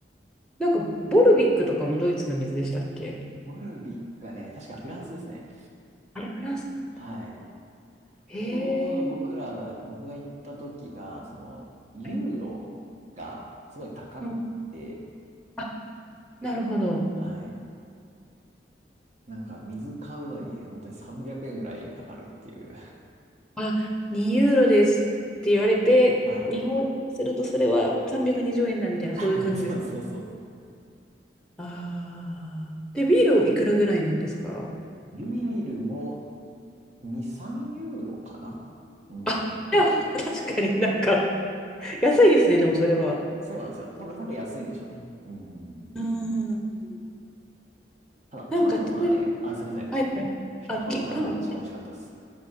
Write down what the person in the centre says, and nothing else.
なんか、ボルビックとかもドイツの水でしたっけ
あれ、フランスなんだ。
へえ。
はい。うん。あ、なるほど。
あ、2ユーロですって言われて、
日本円にするとそれは320円だみたいな、
そういう感じです。
ああ。で、ビールいくらぐらいなんですか
あ、いや、ほ <laughs> 確かになんか、安いですね、でもそれは。
うーん。
なんか、ちなみに、
はいはい。あ、
き、パン、